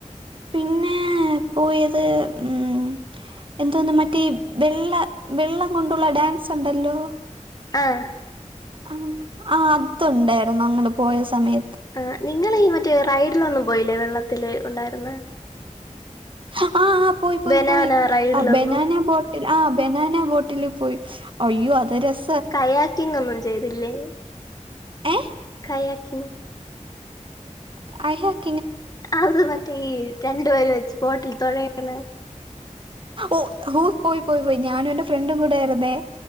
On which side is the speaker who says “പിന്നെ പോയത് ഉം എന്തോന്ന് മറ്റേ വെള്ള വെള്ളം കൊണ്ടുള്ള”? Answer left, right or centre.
Right